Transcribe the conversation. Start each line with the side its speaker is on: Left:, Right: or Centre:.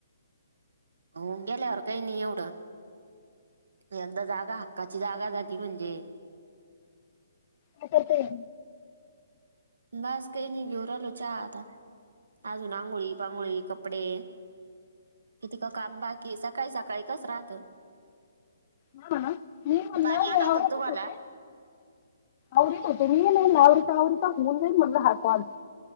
Right: होऊन गेल्यावर काही नाही एवढं. यंदा जागा हक्काची जागा झाली म्हणजे
Left: काय करतय हे?
Right: बस काही नाही घेऊन राहीलो चहा आता. अजून आगोळी पांगोळी, कपडे किती का काम बाकी आहे. सकाळी सकाळी कस राहत.
Left: हा ना मी म्हणल,
Right: पाणी आलं
Left: मी आवारातच
Right: होतं का तुम्हाला
Left: होते. आवरत होते मी. आन आवरीत आवरीत होऊन जाईल म्हणलं हा कॉल.